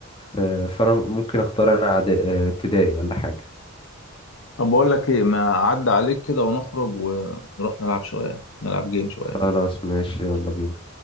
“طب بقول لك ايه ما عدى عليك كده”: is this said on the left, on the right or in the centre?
Left